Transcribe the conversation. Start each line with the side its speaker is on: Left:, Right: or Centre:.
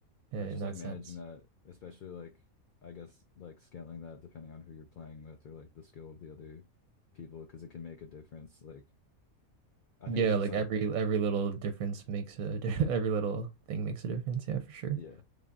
Right: in
Left: I just
Right: that
Left: like managing
Right: sense.
Left: that, especially like I guess like scaling that depending on who you're playing with or like the skill of the other people because it can make a difference. Like I
Right: Yeah,
Left: think it's just
Right: like
Left: like
Right: every every little difference makes a di- <laughs> every little thing makes a difference. Yeah, for sure.
Left: yeah.